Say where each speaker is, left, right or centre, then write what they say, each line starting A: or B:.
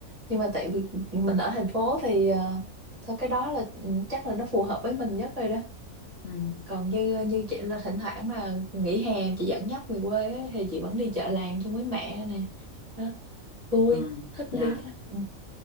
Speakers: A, on the right; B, on the left.
A: nhưng mà tại vì mình ở thành phố thì ờ, thôi cái đó là ừ, chắc là nó phù hợp với mình nhất rồi đó
B: ừ
A: còn như ờ, như chị là thỉnh thoảng mà nghỉ hè chị dẫn dắt về quê á, thì chị vẫn đi chợ làng chung với mẹ nè đó vui
B: ừ
A: thích
B: dạ
A: đi lắm ừ.